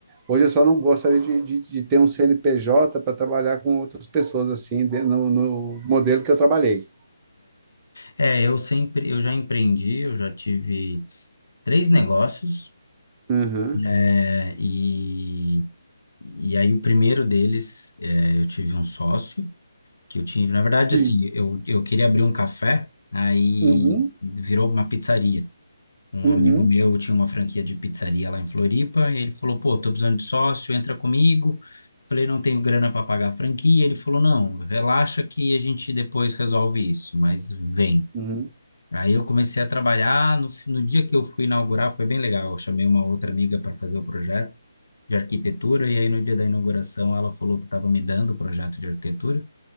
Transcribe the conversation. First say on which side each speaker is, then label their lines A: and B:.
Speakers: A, on the right (about 20°); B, on the left (about 70°).
A: Hoje eu só não gostaria de, de, de ter um CNPJ para trabalhar com outras pessoas assim, de- no, no modelo que eu trabalhei.
B: É, é, eu sempre, eu já empreendi, eu já tive três negócios,
A: Uhum.
B: é, e, e aí o primeiro deles, é, eu tive um sócio, que eu tive, na verdade,
A: Sim.
B: assim, eu, eu queria abrir um café, aí
A: Uhum.
B: virou uma pizzaria. Um
A: Uhum.
B: amigo meu tinha uma franquia de pizzaria lá em Floripa, e ele falou, pô, tô precisando de sócio, entra comigo. Falei, não tenho grana para pagar a franquia. Ele falou, não, relaxa que a gente depois resolve isso, mas vem.
A: Uhum.
B: Aí eu comecei a trabalhar. No, fi- no dia que eu fui inaugurar, foi bem legal. Eu chamei uma outra amiga para fazer o projeto de arquitetura, e aí no dia da inauguração ela falou que estava me dando o projeto de arquitetura.